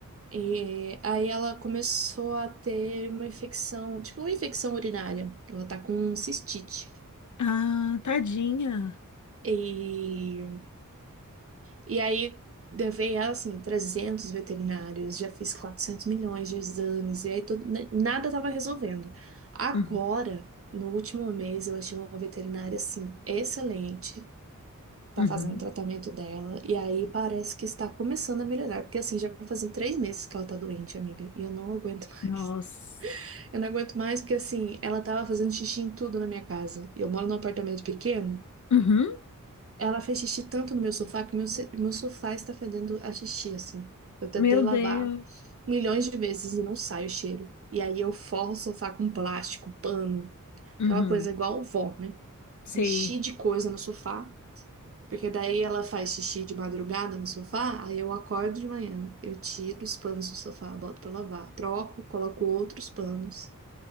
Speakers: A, on the right (about 45°); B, on the left (about 65°).
A: E aí ela começou a ter uma infecção, tipo uma infecção urinária. Ela tá com cistite.
B: Ah, tadinha.
A: E E aí, levei ela, assim, 300 veterinários, já fiz 400 milhões de exames, e aí todo, n- nada tava resolvendo. Agora,
B: Uhum,
A: no último mês, eu achei uma veterinária, assim, excelente, tá
B: uhum.
A: fazendo o tratamento dela, e aí parece que está começando a melhorar, porque, assim, já vai fazer três meses que ela tá doente, amiga, e eu não aguento <laughs> mais.
B: Nossa.
A: Eu não aguento mais porque, assim, ela tava fazendo xixi em tudo na minha casa. Eu moro num apartamento pequeno,
B: Uhum.
A: ela fez xixi tanto no meu sofá que meu, se- meu sofá está fedendo a xixi, assim. Eu tentei
B: Meu Deus.
A: lavar milhões de vezes e não sai o cheiro. E aí eu forro o sofá com plástico, pano,
B: Uhum.
A: aquela coisa igual vó, né?
B: Sei.
A: Enchi de coisa no sofá, porque daí ela faz xixi de madrugada no sofá, aí eu acordo de manhã, eu tiro os panos do sofá, boto pra lavar, troco, coloco outros panos.